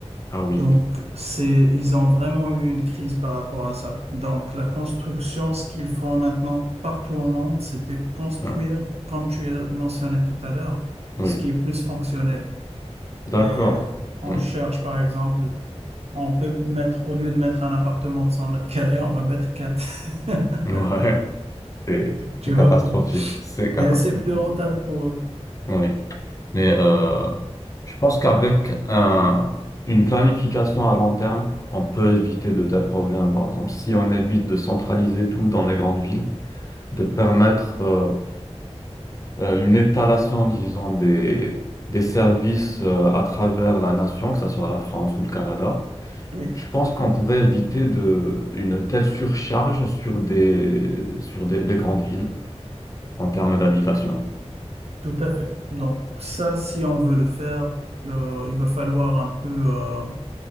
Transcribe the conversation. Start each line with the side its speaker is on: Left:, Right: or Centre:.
Left: Ah oui,
Right: Donc, c'est, ils ont vraiment eu une crise par rapport à ça. Donc, la construction, ce qu'ils font maintenant partout au monde, c'est de construire,
Left: hein,
Right: comme tu as mentionné tout à l'heure,
Left: oui,
Right: ce qui est plus fonctionnel.
Left: d'accord,
Right: Mais on
Left: oui,
Right: cherche, par exemple, on peut mettre, au lieu de mettre un appartement de 100 mètres carrés, on va mettre 4. <laughs>
Left: ouais, c'est
Right: Tu
Left: c'est catastrophique,
Right: vois?
Left: c'est catastrophique,
Right: Et c'est plus rentable pour eux.
Left: oui. Mais euh, je pense qu'avec un, une planification à long terme, on peut éviter de tels problèmes. Par exemple, si on évite de centraliser tout dans les grandes villes, de permettre euh, euh, une étalation, disons, des, des services euh, à travers la nation, que ce soit la France ou le Canada
Right: Oui,
Left: Je pense qu'on pourrait éviter de, une telle surcharge sur des, sur des, des grandes villes en termes d'habitation.
Right: tout à fait. Donc, ça, si on veut le faire, euh, il va falloir un peu. euh,